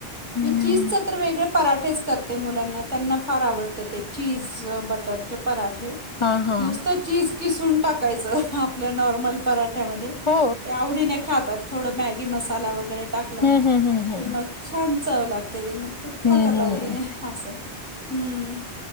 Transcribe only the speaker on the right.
मी चीजच तर वेगळे पराठेच करते मुलांना. त्यांना फार आवडतं ते चीज बटरचे प पराठे.
नुसतं चीज किसून टाकायचं आपल्या नॉर्मल पराठ्या मध्ये.
ते आवडीने खातात. थोड मॅगी मसाला वगैरे टाकला
की मग छान चव लागते ते. मग ते
खातात
आवडीने असं. हं.